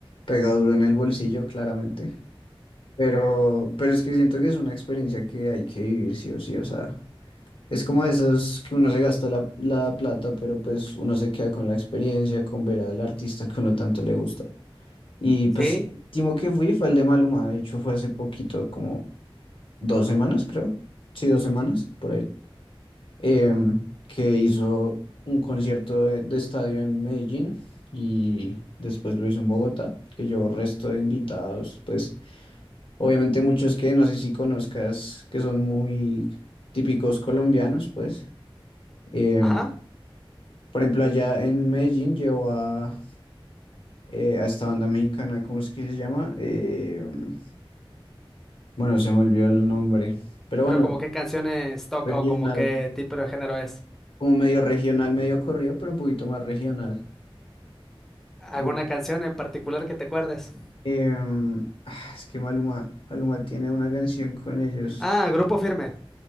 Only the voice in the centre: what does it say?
Sí,
ajá.
Pero
como qué canciones toca
o como qué tipo de género es.
¿Alguna canción en particular que te acuerdes?
Ah, Grupo Firme.